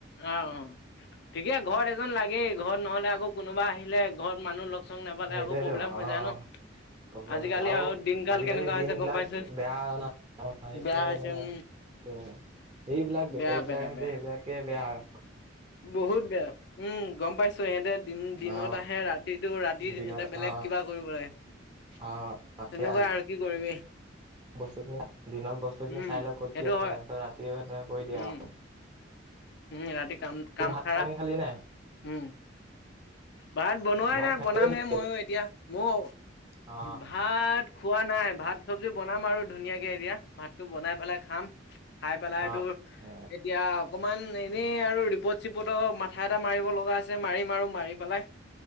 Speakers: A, on the left; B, on the right.
A: অ', অ' ঠিকে ঘৰত এজন লাগেই ঘৰত নহ'লে আকৌ কোনোবা আহিলে ঘৰত মানুহ লগ চগ নাপালে
B: সেইটোৱেটো
A: আকৌ প্ৰব্লেম
B: অহ',
A: হৈ
B: অহ'।
A: যায় ন
B: প্ৰব্লেম
A: আজিকালি
B: হৈছে আৰু
A: দিনকাল
B: আজিকালি
A: কেনেকুৱা
B: দিন
A: হৈছে
B: বিলাক
A: গম পাইছো
B: বেয়া ন'। অ' সেইকাৰণে
A: বেয়া হৈছে
B: মানে,
A: উম
B: ত' এইবিলাক বেপাৰী
A: বেয়া
B: বিলাক
A: বেয়া
B: আহে
A: বেয়া
B: যে সেইবিলাকে বেয়া আৰু।
A: বহুত বেয়া উম, গম পাইছো চ' সিহঁতে দিন-দিনত
B: অ
A: আহে, ৰাতিটো ৰাতি
B: দিনত
A: সিহঁতে বেলেগ
B: অ
A: কিবা কৰিব পাৰে।
B: অ সেয়া
A: তেনেকুৱা আৰু কি কৰিবি।
B: বস্তুখিনি দিনত বস্তুখিনি
A: উম
B: চাই লয় ক'ত
A: সেইটো
B: কি আছে,
A: হয়
B: তাৰপিছত ৰাতি হৈ তাত কৰি দিয়ে
A: উম
B: আৰু।
A: উম, ৰাতি কাম-কাম
B: ভাত
A: খাৰা
B: পানী খালি নাই?
A: উম। ভাত বনোৱাই
B: ভাত
A: নাই
B: খালি
A: বনামহে
B: নেকি
A: মইও এতিয়া, মইও ভাত
B: অ
A: ভাত খোৱা নাই ভাত, চব্জি বনাম আৰু ধুনীয়াকে এতিয়া ভাতটো বনাই পেলাই খাম। খাই পেলাই
B: অ
A: তোৰ
B: অ
A: এতিয়া অকমান এনেই আৰু ৰিপৰ্ট চিপৰ্টো মাথা এটা মাৰিব লগা আছে, মাৰিম আৰু মাৰি পেলাই